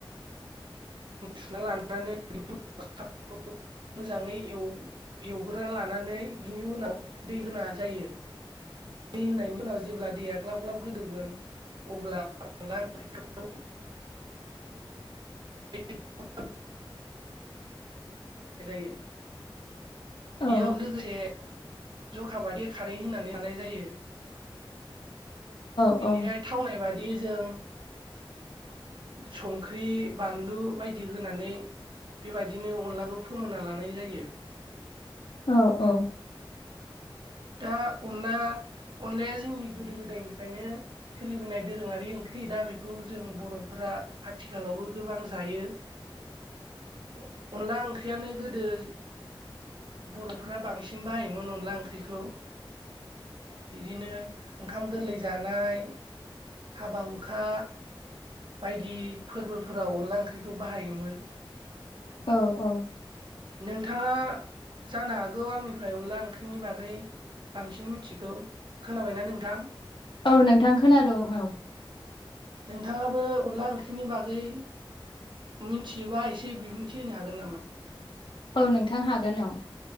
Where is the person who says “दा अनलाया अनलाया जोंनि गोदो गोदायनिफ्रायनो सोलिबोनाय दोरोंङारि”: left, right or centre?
Right